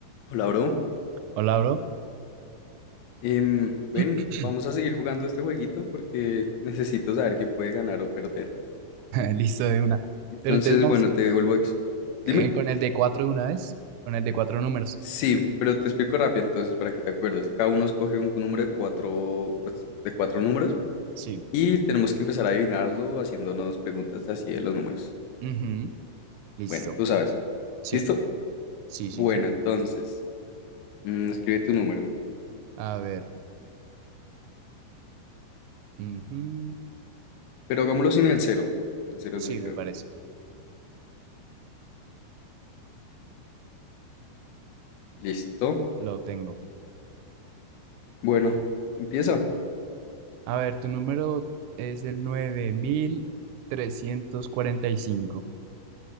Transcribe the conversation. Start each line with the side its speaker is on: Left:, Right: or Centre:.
Left: Hola, bro.
Right: Hola, bro.
Left: Em, ven,
Right: <clears throat>
Left: vamos a seguir jugando este jueguito porque necesito saber quién puede ganar o perder.
Right: Listo de una.
Left: Entonces,
Right: Pero entonces vamos
Left: bueno, te devuelvo. ex-
Right: eh,
Left: Dime.
Right: con el de cuatro de una vez, con el de cuatro números.
Left: Sí, pero te explico rápido entonces para que te acuerdes. Cada uno escoge un número de cuatro, pues, de cuatro números
Right: Sí.
Left: y tenemos que empezar a adivinarlo haciéndonos preguntas así de los números.
Right: Ujú. Listo.
Left: Bueno, tú sabes.
Right: Sí,
Left: ¿Listo?
Right: sí,
Left: Bueno,
Right: sí, sí.
Left: entonces, mm, escribe tu número.
Right: A ver. Ujú.
Left: Pero hagámoslo sin el cero, que el cero
Right: Sí,
Left: es muy feo.
Right: me parece.
Left: ¿Listo?
Right: Lo tengo.
Left: Bueno, empieza.
Right: A ver, tu número es el nueve mil trescientos cuarenta y cinco.